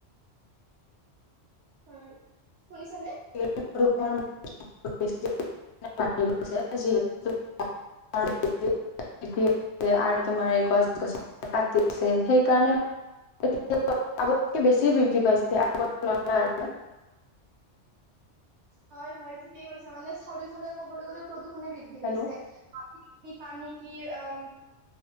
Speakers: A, on the right; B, on the left.
A: হয়, শুনিছা নে?
B: <unintelligible> <unintelligible> বৃদ্ধি হৈছে আৰু তোমাৰ এই গছ-গছনি কাটি আছে সেইকাৰণে', সেইটোৱে আগতকে বেছি বৃদ্ধি পাইছে আগৰ তুলনাত আৰু',
A: হয়', - হয়', ঠিকেই কৈছা মানে চাৰিওফালে ক'বলৈ গ'লে প্ৰদূষণে বৃদ্ধি পাইছে,
B: হেল্ল'
A: মাটি', কি পানী কি অ',